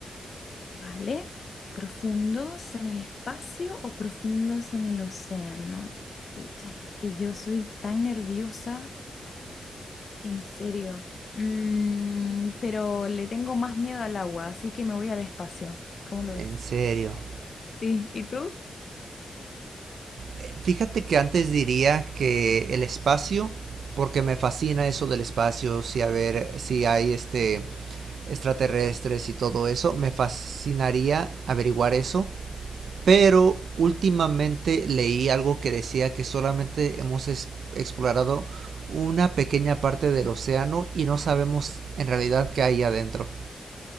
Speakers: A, on the left; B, on the right.
A: ¿vale? ¿Profundos en el espacio o profundos en el océano? Pucha, que que yo soy tan nerviosa. En serio. Mm, pero le tengo más miedo al agua, así que me voy al espacio. ¿Cómo lo ves?
B: En serio.
A: Sí, ¿y tú?
B: Eh, Fíjate que antes diría que el espacio, porque me fascina eso del espacio, si a ver, si hay este extraterrestres y todo eso. Me fascinaría averiguar eso. Pero últimamente leí algo que decía que solamente hemos es- explorado una pequeña parte del océano y no sabemos en realidad qué hay adentro.